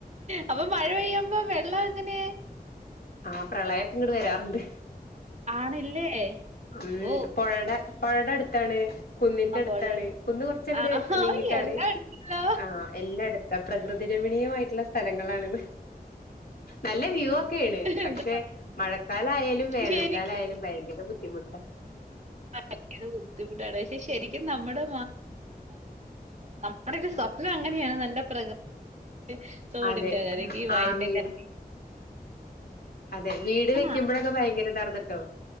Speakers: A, on the right; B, on the left.
A: അപ്പൊ മഴ പെയ്യുമ്പോ വെള്ള എങ്ങനെ
B: ആ പ്രളയൊക്കെ ഇങ്ങട് വരാറുണ്ട്
A: ആണല്ലേ?
B: ഉം
A: അമ്പോ!
B: പുഴയുടെ പുഴയുടെ അടുത്താണ് കുന്നിന്റെ
A: അപ്പോഴ്
B: അടുത്താണ് കുന്ന് കുറച്ചങ്ങട്
A: ആ
B: നീങ്ങിട്ടാണ്
A: എല്ലാം ഉണ്ടല്ലോ.
B: ആ എല്ലാടു പ്രകൃതി രമണീയമായിട്ടുള്ള സ്ഥലങ്ങളാണ്ന്ന് നല്ല വ്യൂ ഒക്കെയാണ് പക്ഷെ
A: എന്താ
B: മഴക്കാലായാലും വേനൽക്കാലായാലും
A: ശരിക്കും
B: ഭയങ്കര ബുദ്ധിമുട്ടാ
A: <unintelligible> ഭയങ്കര ബുദ്ധിമുട്ടാണ് പക്ഷെ ശരിക്കും നമ്മുടെ നമ്മുടൊക്കെ സ്വപ്നം അങ്ങനെയാണ് നല്ല പ്രകൃതി തോടിന്റെ
B: അതെ
A: കരക്ക് വഴിന്റെ
B: ആഹ് വീട്
A: കരി
B: അതെ വീട് വെക്കുമ്പോഴൊക്കെ
A: ആ-
B: ഭയങ്കര ഇതാർന്നിട്ടോ